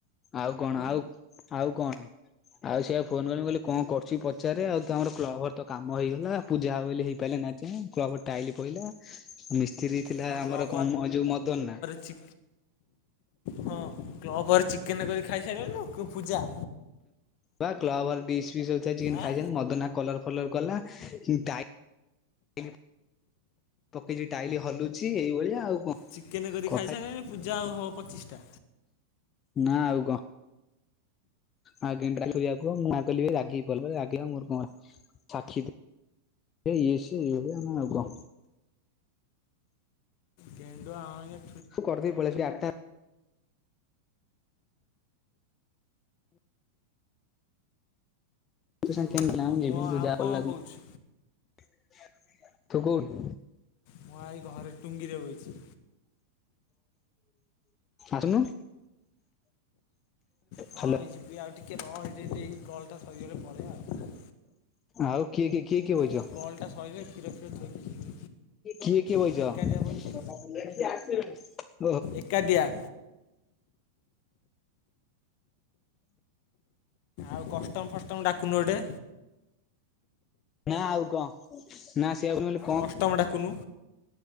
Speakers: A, on the left; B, on the left.
A: ଆଉ କଣ ଆଉ ଆଉ କଣ ଆଉ ସେ ଫୋନ କଲି କହିଲି କଣ କରୁଚି ପଚାରେ ଆଉ ତମର କ୍ଲବ ଘରତ କାମ ହେଇଗଲା। ପୂଜା ହବ ବୋଲି ହେଇପାଇଲା ନାହିଁ। ଆଜିଯାଏଁ କ୍ଲବ ଘର ଟାଇଲି ପଇଲା। ମିସ୍ତ୍ରୀ ଥିଲା
B: ହଁ
A: ଆମର
B: କ୍ଲବ
A: କଣ ମ ଯୋଉ ମଦନା।
B: ଚିକେନ ହଁ କ୍ଲବ ଘରେ ଚିକେନ କରି ଖାଇସାରିଲଣି ନା କୁ ପୂଜା।
A: ବା କ୍ଲବ ଘରେ ପିସ୍ ପିସ୍ ଚିକେନ୍
B: ଆଁ
A: ଖାଇଚନ୍ତି ମଦନା କଲର କଲର କଲା କି ଟାଇଲ୍ ପକେଇଚି ଟାଇଲ ହଲ୍। ପିଉଛି ଏଇଭଳିଆ ଆଉ କଣ
B: ଚିକେନ କରି
A: କଥା
B: ଖାଇସାରିଲଣି ପୂଜା ଆଉ ହବ ପଚିଷ୍ଠା।
A: ନା ଆଉ କଣ? ଆଉ କେମିତି କାଲି କରିବା କହୁ ମୁଁ କହିଲି ରାଗିକି ଗଲା ରାଗିଲା ମୋର କଣ ଗଲା। ସାକ୍ଷୀ ଦେ ଇଏ ସେ ଇଏ ହେବେ ଆମ ଆଉ କ?
B: କେନ୍ଦୁଆ ଅଉନୁ।
A: ତୁ କରିଦେଇ ପଳେଇ ଆସିଲି ଆଠଟା ତୋ ସାଙ୍ଗେ
B: ଆଉ
A: କେ ନା ମୁଁ ଯିବିନି
B: କଣ
A: ତୁ
B: ଆଉ
A: ଯାଆ
B: କଣ
A: ଭଲ ଲାଗୁନି
B: କହୁଛୁ
A: ଥୁକୁଲ୍।
B: ମୁଁ ଆଇ ଘରେ ଟୁଙ୍ଗିରେ ବଇଚି।
A: ଆସୁନୁ।
B: ହଁ
A: ହ୍ୟାଲୋ
B: ଏଇ ଯିବି ଆଉ ଟିକେ ରହ ଏଠି ଏଠି କଲ୍ ଟା ସରିଗଲେ ପଳେଇବା ଆଉ।
A: ଆଉ କିଏ କିଏ କିଏ କିଏ ବଇଚ
B: ଏଇ କଲ୍ଟା ସରିଲେ କ୍ଷୀର ଫିର ଥୋଇକି ଯିବି
A: କିଏ କିଏ ବଇଚ।
B: ମୁଁ ଏକାଟିଆ ବଇଛି
A: <unintelligible>
B: ଏକାଟିଆ। ଆଉ କଷ୍ଟମ ଫଷ୍ଟମ ଡାକୁନୁ ଗୋଟେ।
A: ନା ଆଉ କଣ ନା ସେ ଆଉ ନହଲେ
B: କଷ୍ଟମ ଡାକୁନୁ